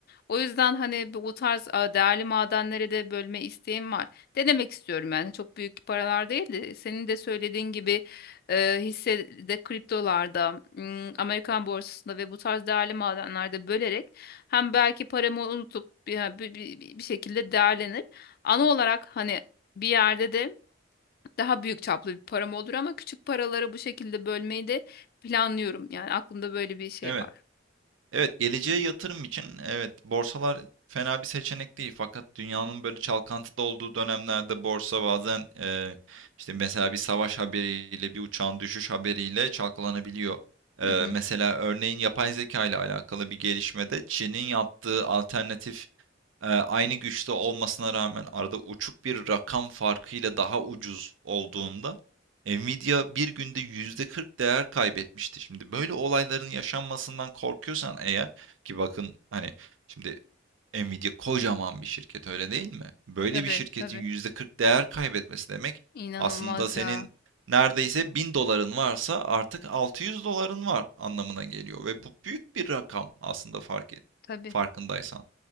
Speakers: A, on the left (about 50°); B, on the right (about 80°).
A: O yüzden hani bu tarz a, değerli madenlere de bölme isteğim var. Denemek istiyorum yani çok büyük paralar değil de senin de söylediğin gibi e, hissede, kriptolarda, m, Amerikan borsasında ve bu tarz değerli madenlerde bölerek hem belki paramı unutup bir, bir, bir bir şekilde değerlenir. Ana olarak hani bir yerde de daha büyük çaplı bir param olur ama küçük paraları bu şekilde bölmeyi de planlıyorum. Yani aklımda böyle bir şey
B: Evet.
A: var.
B: Evet, geleceğe yatırım için evet borsalar fena bir seçenek değil. Fakat dünyanın böyle çalkantıda olduğu dönemlerde borsa bazen e, işte mesela bir savaş haberiyle bir uçağın düşüş haberiyle çalkalanabiliyor. E,
A: Hı hı.
B: mesela örneğin yapay zeka ile alakalı bir gelişmede Çin'in yaptığı alternatif ee, aynı güçte olmasına rağmen arada uçuk bir rakam farkıyla daha ucuz olduğunda e, Nvidia bir günde %40 değer kaybetmişti. Şimdi böyle olayların yaşanmasından korkuyorsan eğer ki bakın hani şimdi Nvidia kocaman bir şirket öyle değil mi? Böyle
A: Tabii
B: bir şirketin
A: tabii.
B: %40 değer kaybetmesi demek
A: İnanılmaz
B: aslında senin
A: ya.
B: neredeyse 1000 doların varsa artık 600 doların var anlamına geliyor ve bu büyük bir rakam aslında fark
A: Tabii.
B: farkındaysan.